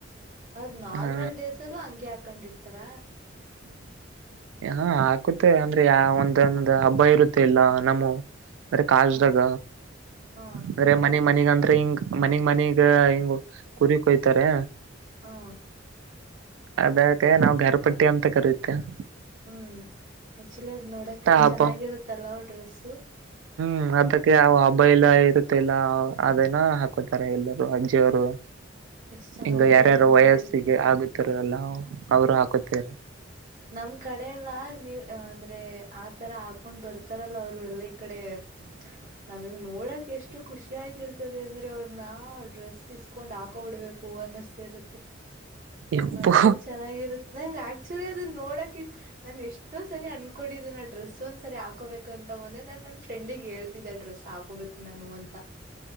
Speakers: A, on the right; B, on the right.
A: ಅದ್ ನಾರ್ಮಲ್
B: ಹಾ
A: ಡ್ರೇಸ್ ಅಲ್ಲೂ ಹಂಗೆ ಹಾಕೊಂಡಿರ್ತಾರ?
B: ಹಾ ಹಾಕುತ್ತೆ ಅಂದ್ರೆ ಯ ಒಂದಂದ ಹಬ್ಬ ಇರುತ್ತೆ ಇಲ್ಲ ನಮ್ಮ ಅಂದ್ರೆ ಕಾಜ್ದಾಗ
A: ಹ ಹ
B: ಅಂದ್ರೆ ಮನೆ ಮನಗಂದ್ರ ಹಿಂಗ ಮನಿ ಮನಿಗ ಹಿಂಗ ಕುರಿಕ್ ಹೊಯ್ತಾರೆ
A: ಹಾ
B: ಅದಕ್ಕೆ ನಾವ್ ಘರ ಪಟ್ಟಿ ಅಂತ ಕರಿತ್ತೆವ್
A: ಹ್ಮ್ ಆಕ್ಚುಲಿ ಅದ್ ನೋಡಕ್ ಎಷ್ಟ್
B: ಹಬ್ಬ
A: ಚೆನ್ನಾಗಿರುತ್ತಲ್ಲ ಡ್ರೆಸ್ಸು.
B: ಹ್ಮ ಅದಕ್ಕೆ ಅವ ಹಬ್ಬ ಎಲ್ಲ ಇರುತ್ತಲ್ಲ ಅದನ ಹಾಕೋತಾರ ಎಲ್ಲರುೂ ಅಜ್ಜಿಯ ಅವರು
A: <inaudible> ಚೆನ್ನಾಗಿರುತ್
B: ಹಿಂಗ ಯಾರ್ಯಾರ
A: ನೋಡೋದಿಕ್ಕೇನೆ.
B: ವಯಸ್ಸಿಗೆ ಆಗುತ್ತರಲ್ಲ ಅವರು ಹಾಕುತ್ತಾರೆ
A: ನಮ್ ಕಡೆ ಎಲ್ಲಾ ನೀವ ಅ ಅಂದ್ರೆ ಆತರ ಹಾಕೊಂಡ್ ಬರ್ತಾರಲ್ಲ ಅವ್ರು ಎಲ್ಲ ಕಡೆ ನಾವೀಗ್ ನೋಡಕ್ ಎಷ್ಟು ಎಷ್ಟು ಖುಷಿ ಆಯ್ತಿ ಇರ್ತದೆ ಅಂದ್ರೆ ಅವ್ರ ನಾ ಡ್ರೆಸ್ ಇಸ್ಕೊಂಡ್ ಹಾಕೋಬಿಡ್ಬೇಕು ಅನ್ನಸ್ತಾ ಇರುತ್ತೆ
B: ಎಪ್ಪೋ
A: ಅಷ್ಟೇ ಚೆನ್ನಾಗಿರುತ್ತ ನಂಗ ಆ ಆಕ್ಚುಲಿ ಅನ್ನ ನೋಡಕ್ ಇ ನಾನು ಎಷ್ಟೋ ಸರಿ ಅನ್ಕೊಂಡಿದ್ದೀನಿ ಆ ಡ್ರೆಸ್ ಒಂದ್ ಸರಿ ಹಾಕೋಬೇಕು ಅಂತ ಮೊನ್ನೆ ನಾನ್ ನನ್ ಫ್ರೆಂಡಿಗೆ ಹೇಳ್ತಿದ್ದೆ ಅ ಡ್ರೆಸ್ ಹಾಕೋಬೇಕು ನಾನು ಅಂತ